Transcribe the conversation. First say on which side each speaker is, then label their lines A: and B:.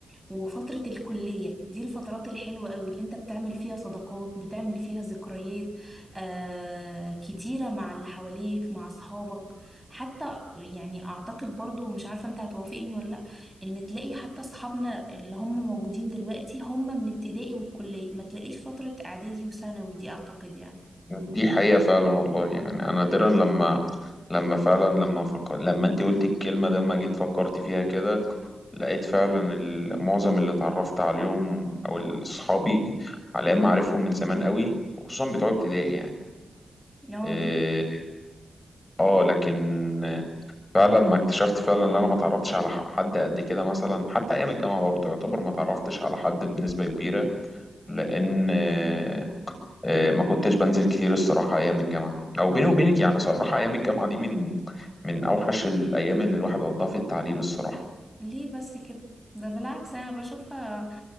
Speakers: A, in the centre; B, on the left.
A: وفترة الكلية دي الفترات الحلوة قوي اللي انت بتعمل فيها صداقات بتعمل فيها ذكريات آه كتيرة مع اللي حواليك مع أصحابك حتى يعني أعتقد برضو مش عارفة انت هتوافقني ولا لأ ان تلاقي حتى أصحابنا اللي هم موجودين دلوقتي هم من ابتدائي والكلية ما تلاقيش فترة اعدادي وثانوي دي اعتقد يعني
B: دي حقيقة فعلا والله يعني أنا نادرا لما لما فعلا لما فكر... لما انت قلت الكلمة ده ما جيت فكرت فيها كده لقيت فعلا ال- معظم اللي اتعرفت عليهم أو ال- صحابي على أيام أعرفهم من زمان قوي وخصوصا بتوع ابتدائي يعني
A: لا
B: اه
A: دي
B: آه، لكن فعلا ما اكتشفت فعلا ان انا ما اتعرفتش على ح- حد قد كده مثلا حتى ايام الجامعه برضه يعتبر ما اتعرفتش على حد بنسبه كبيره لان آه، آه، ما كنتش بنزل كتير الصراحه ايام الجامعه او بيني وبينك يعني صراحه ايام الجامعه دي من من اوحش الايام اللي الواحد قضاها في التعليم الصراحه
A: ليه بس كده ده بالعكس انا بشوفها